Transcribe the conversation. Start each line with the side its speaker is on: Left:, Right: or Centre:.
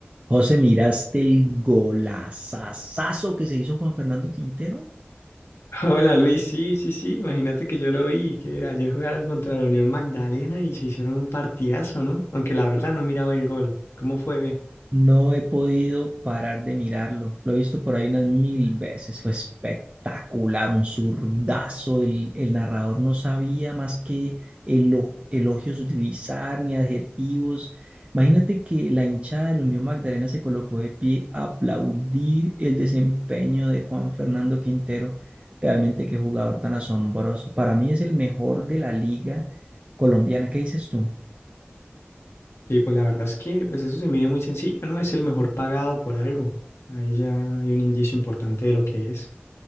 Right: José, ¿miraste el golazazazo que se hizo Juan Fernando Quintero?
Left: <laughs> Hola Luis, sí, sí, sí, imagínate que yo lo vi, que ayer jugaron contra la Unión Magdalena y se hicieron un partidazo, ¿no? Aunque la verdad no miraba el gol. ¿Cómo fue? ve?
Right: No he podido parar de mirarlo. Lo he visto por ahí unas mil veces. Fue espectacular, un zurdazo. El, el narrador no sabía más que elo- elogios utilizar ni adjetivos. Imagínate que la hinchada de la Unión Magdalena se colocó de pie a aplaudir el desempeño de Juan Fernando Quintero. Realmente qué jugador tan asombroso. Para mí es el mejor de la liga colombiana. ¿Qué dices tú?
Left: Sí, pues la verdad es que pues eso se mide muy sencillo, ¿no? Es el mejor pagado por algo. Ahí ya hay un indicio importante de lo que es.